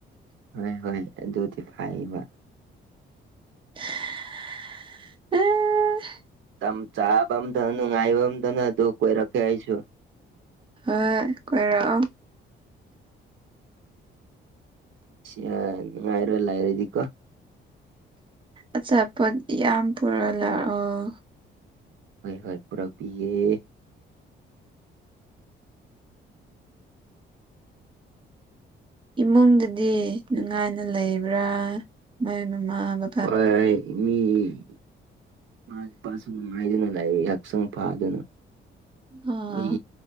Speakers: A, on the right; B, on the right.
A: ꯍꯣꯏ ꯍꯣꯏ ꯑꯗꯨꯗꯤ ꯐꯩꯕ
B: <unintelligible>
A: ꯃꯇꯝ ꯆꯥꯕ ꯑꯝꯇꯅ ꯅꯨꯡꯉꯥꯏꯕ ꯑꯃꯝꯇꯅ ꯑꯗꯨ ꯀꯣꯏꯔꯛꯀꯦ ꯑꯩꯁꯨ
B: ꯍꯣꯏ ꯀꯣꯏꯔꯛꯑꯣ
A: <unintelligible> ꯅꯨꯉꯥꯏꯔ ꯂꯩꯔꯗꯤꯀꯣ
B: ꯑꯆꯥꯄꯣꯠ ꯌꯥꯝ ꯄꯨꯔ ꯂꯥꯛꯑꯣ
A: ꯍꯣꯏ ꯍꯣꯏ ꯄꯨꯔꯛꯄꯤꯒꯦ
B: ꯏꯃꯨꯡꯗꯗꯤ ꯅꯨꯡꯉꯥꯏꯅ ꯂꯩꯕ꯭ꯔꯥ ꯃꯣꯏ ꯃꯃꯥ ꯕꯥ
A: ꯍꯣꯏ ꯃꯤ ꯏꯥꯃꯥ ꯏꯄꯥꯁꯨ ꯅꯨꯉꯥꯏꯗꯨꯅꯥ ꯂꯩꯌꯦ <unintelligible> ꯐꯥꯗꯨꯅ
B: ꯑꯥ
A: ꯅꯣꯏ